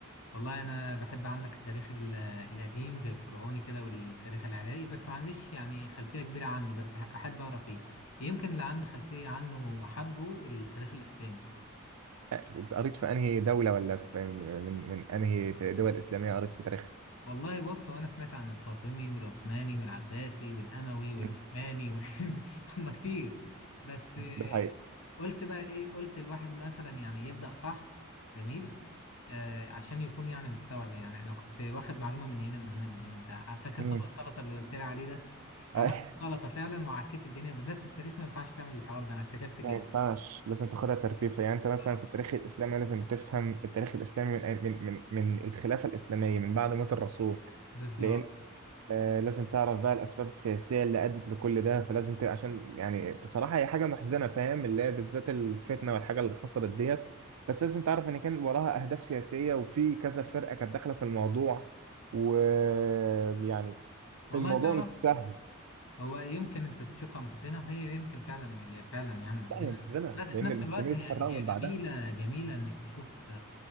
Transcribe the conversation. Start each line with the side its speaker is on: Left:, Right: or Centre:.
Left: والله أنا بحب عندك التاريخ ال- القديم زي الفرعوني كده والتاريخ العراقي بس ما عنديش يعني خلفية كبيرة عنه بس أحب أقرأ فيه يمكن اللي عندي خلفية عنه وحبه التاريخ الإسلامي
Right: آه، قريت في انهي دوله ولا في من من انهي دول اسلاميه قريت في تاريخ
Left: والله بص هو انا سمعت عن الفاطمي والعثماني والعباسي والاموي والعثماني
Right: مم.
Left: وال... <laughs> هم كتير بس آه،
Right: ده حقيقي
Left: قلت بقى ايه قلت الواحد مثلا يعني يبدأ صح جميل آه عشان يكون يعني مستوعب يعني انا كنت واخد معلومة من هنا من هنا من هنا انت فاكر
Right: مم.
Left: طبق السلطة اللي قلت لي عليه ده
Right: <laughs>
Left: عملت سلطة فعلا وعكيت الدنيا بالذات في التاريخ ما ينفعش تعمل الحوار ده انا اكتشفت كده
Right: ما ينفعش لازم تاخدها ترتيب يعني انت مثلا
Left: اه
Right: في التاريخ الاسلامي لازم تفهم التاريخ الاسلامي من من من, من الخلافه الاسلاميه من بعد موت الرسول
Left: بالظبط
Right: لان آه، لازم تعرف بقى الاسباب السياسيه اللي ادت لكل ده فلازم ت... عشان يعني بصراحه هي حاجه محزنه فاهم اللي هي بالذات الفتنه والحاجه اللي حصلت ديت بس لازم تعرف ان كان وراها اهداف سياسيه وفي كذا فرقه كانت داخله في الموضوع ويعني
Left: والله
Right: الموضوع
Left: تعرف
Right: مش سهل
Left: هو يمكن انت تشوفها محزنة وهي يمكن فعلا هي فعلا يعني محزنة
Right: لا هي محزنه
Left: بس في
Right: لان
Left: نفس
Right: المسلمين
Left: الوقت هي
Right: اتفرقوا
Left: هي
Right: من
Left: جميلة
Right: بعدها
Left: جميلة انك تشوف